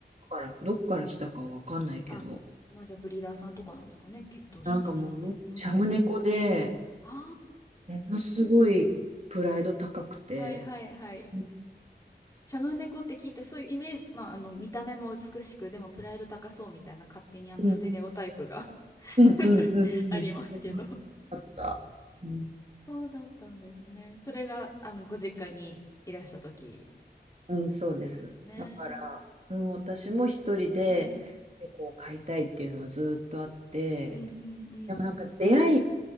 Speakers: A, on the right; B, on the left.
A: からどっから来たかわかんないけど、
B: あ、まあじゃあブリーダーさんとかなんですかね。血統書付きって。
A: なんかもうの、
B: うん。
A: シャム猫で、
B: あ
A: ものすごいプライド高くて、
B: あ、はいはいはい。
A: うん
B: シャム猫って聞いて、そういうイメージ、まあ、あの、見た目も美しく、でもプライド高そうみたいな勝手にあの、
A: うんうん
B: ステレオタイプが
A: うんうんうん
B: <laughs> ありますけど
A: あった。うん、
B: そうだったんですね。それが、あの、ご実家にいらした時
A: うん、そうです。
B: そうですね。
A: だから、うん、私も一人で猫を飼いたいっていうのはずっとあって、
B: うん、うん、うん、うん、
A: でもなんか出会い